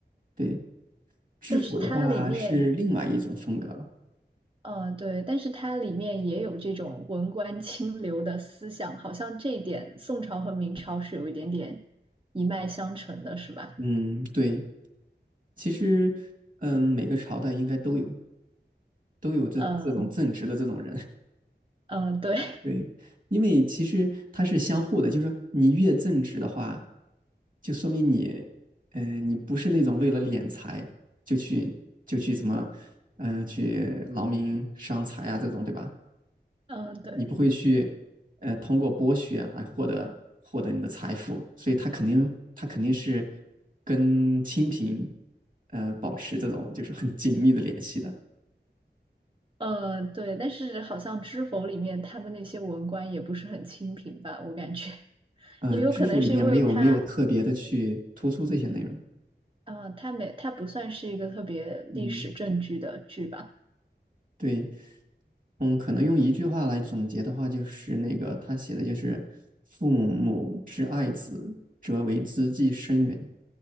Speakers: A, on the right; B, on the right.
A: 对，知府的话是另外一种风格了。
B: 但是它里面，嗯，对，但是它里面也有这种文官清流的思想，好像这一点宋朝和明朝是有一点点一脉相承的，是吧？
A: 嗯，对，其实，嗯，每个朝代应该都有都有这这种正直的这种人。
B: 嗯嗯，对，
A: 对，因为其实它是相互的，就是说你越正直的话，就说明你，嗯呃，你不是那种为了敛财就去就去怎么，嗯呃，去劳民伤财啊这种，对吧？
B: <laughs> 嗯对。
A: 你不会去，呃，通过剥削来获得获得你的财富，所以他肯定他肯定是跟清贫，呃，保持这种就是很紧密的联系的。
B: 呃，对，但是好像知否里面他们那些文官也不是很清贫吧，我感觉 <laughs>
A: 嗯、
B: 也有可能是因为他，
A: 呃知府里面没有没有特别的去突出这些内容，
B: 呃，他没，他不算是一个特别历史正剧的剧吧。
A: 嗯。对，嗯，可能用一句话来总结的话，就是那个他写的就是“父母之爱子，则为之计深远”。